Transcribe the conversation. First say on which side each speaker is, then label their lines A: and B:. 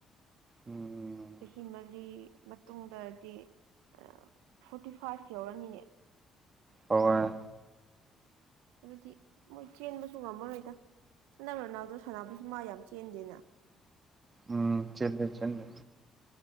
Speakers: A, on the right; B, on the right.
A: ꯎꯝ
B: ꯆꯍꯤ ꯃꯔꯤ ꯃꯇꯨꯡꯗꯗꯤ ꯑꯥ ꯐꯣꯔꯇꯤ ꯐꯥꯏꯚ ꯌꯧꯔꯅꯤꯅꯦ
A: ꯍꯣꯢ
B: ꯑꯗꯨꯗꯤ ꯃꯣꯏ ꯆꯦꯟꯕꯁꯨ ꯉꯝꯃꯔꯣꯏꯗ ꯍꯟꯗꯛ ꯔꯣꯅꯥꯜꯗꯣ ꯁꯥꯟꯅꯕꯁꯨ ꯃꯥ ꯌꯥꯝ ꯆꯦꯟꯗꯦꯅ
A: ꯎꯝ ꯆꯦꯟꯗꯦ ꯆꯦꯟꯗꯦ